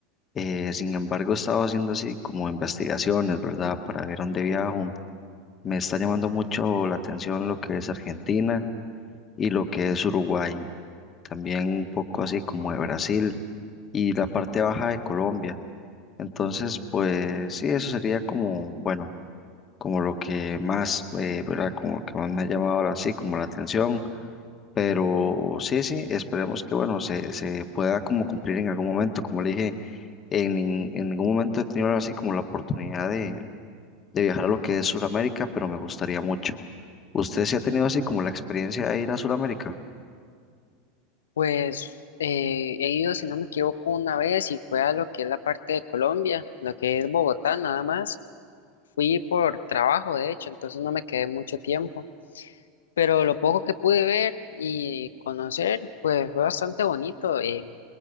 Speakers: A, on the left; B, on the left.
A: eh, sin embargo he estado haciendo así como investigaciones, ¿verdad? Para ver dónde viajo. Me está llamando mucho la atención lo que es Argentina y lo que es Uruguay, también un poco así como de Brasil y la parte baja de Colombia. Entonces, pues sí, eso sería como, bueno, como lo que más, eh, ¿verdad? Como lo que más me ha llamado ahora sí, como la atención. Pero sí, sí, esperemos que, bueno, se, se pueda como cumplir en algún momento. Como le dije, en, nin- en ningún momento he tenido ahora sí como la oportunidad de, de viajar a lo que es Sudamérica, pero me gustaría mucho. ¿Usted sí ha tenido así como la experiencia de ir a Sudamérica?
B: Pues eh, he ido, si no me equivoco, una vez y fue a lo que es la parte de Colombia, lo que es Bogotá, nada más. Fui por trabajo, de hecho, entonces no me quedé mucho tiempo pero lo poco que pude ver y conocer, pues fue bastante bonito. eh,